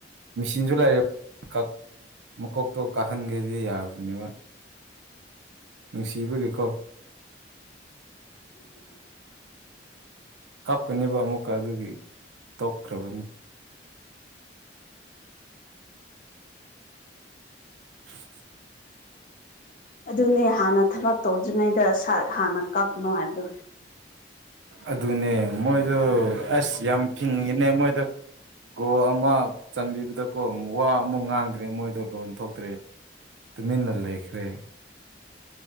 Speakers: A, on the right (about 80°); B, on the left (about 45°).
A: ꯃꯤꯁꯤꯟꯖꯨ ꯂꯩꯔꯦ ꯀꯛ ꯃꯀꯣꯛꯇꯣ ꯀꯥꯍꯟꯒꯦꯗꯤ ꯌꯥꯕꯅꯤꯕ ꯅꯨꯡꯁꯤꯕꯒꯤꯀꯣ ꯀꯞꯀꯅꯤꯕ ꯑꯃꯨꯛꯀ ꯑꯗꯨꯒꯤ ꯇꯣꯛꯈ꯭ꯔꯕꯅꯤ <inaudible>
B: ꯑꯗꯨꯅꯦ ꯍꯥꯟꯅ ꯊꯕꯛ ꯇꯧꯗ꯭ꯔꯤꯉꯩꯗ ꯁꯥꯠ ꯍꯥꯟꯅ ꯀꯛꯀꯅꯨ ꯍꯥꯏꯕꯗꯨ
A: ꯑꯗꯨꯅꯦ ꯃꯣꯏꯗꯣ ꯑꯁ ꯌꯥꯝ ꯐꯤꯡꯉꯦꯅꯦ ꯃꯣꯏꯗꯣ ꯒꯣꯜ ꯑꯃ ꯆꯟꯕꯤꯕꯗꯀꯣ ꯋꯥ ꯑꯃꯨꯛ ꯉꯥꯡꯗ꯭ꯔꯦ ꯃꯣꯏꯗꯣ ꯂꯣꯟ ꯊꯣꯛꯇ꯭ꯔꯦ ꯇꯨꯃꯤꯟꯅ ꯂꯩꯈ꯭ꯔꯦ